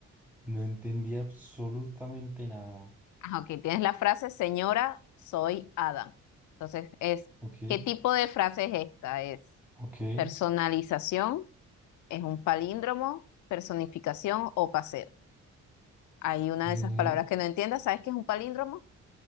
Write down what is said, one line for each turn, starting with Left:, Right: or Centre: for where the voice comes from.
Centre: No entendí absolutamente nada.
Left: Ah, ok, tienes la frase, señora, soy Adam. Entonces, es,
Centre: Ok,
Left: ¿qué tipo de frase es esta? Es
Centre: ok.
Left: personalización, es un palíndromo, personificación o paseo. Hay una
Centre: eh,
Left: de esas palabras que no entiendas, ¿sabes qué es un palíndromo?